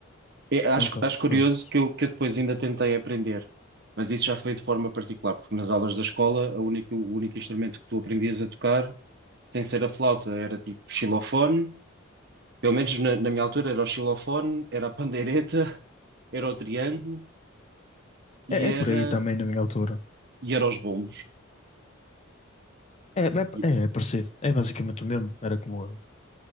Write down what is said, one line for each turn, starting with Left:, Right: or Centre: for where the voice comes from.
Right: É, acho,
Left: Opa,
Right: acho
Left: foda-se.
Right: curioso que eu, que eu depois ainda tentei aprender, mas isso já foi de forma particular, porque nas aulas da escola a única, o único instrumento que tu aprendias a tocar, sem ser a flauta, era tipo xilofone, pelo menos na, na minha altura era o xilofone, era a pandeireta, <laughs> era o triângulo e
Left: É,
Right: era,
Left: é por aí também, na minha altura.
Right: e era os bombos.
Left: É, é,
Right: E,
Left: é parecido. É basicamente o mesmo. Era como eu.